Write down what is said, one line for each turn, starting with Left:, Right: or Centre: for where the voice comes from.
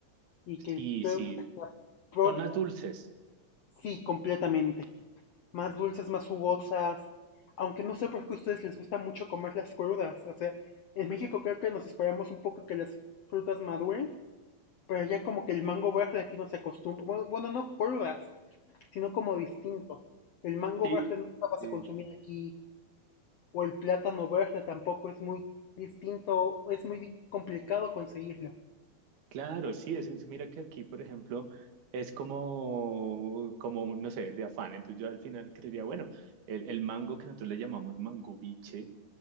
Left: y
Right: Sí,
Left: que creo
Right: sí.
Left: que la pro-
Right: Son más dulces.
Left: Sí, completamente. Más dulces, más jugosas. Aunque no sé por qué a ustedes les gusta mucho comerlas crudas. O sea, en México creo que nos esperamos un poco que las frutas maduren, pero ya como que el mango verde aquí no se acostumbra. Bueno, bueno, no crudas, sino como distinto. El mango
Right: Sí,
Left: verde no lo vas
Right: sí.
Left: a consumir aquí, o el plátano verde tampoco es muy distinto, es muy di- complicado conseguirlo.
Right: Claro, sí, es, es- mira que aquí, por ejemplo, es como, como un, no sé, de afán. Entonces yo al final creería, bueno, el, el mango que nosotros le llamamos mango biche,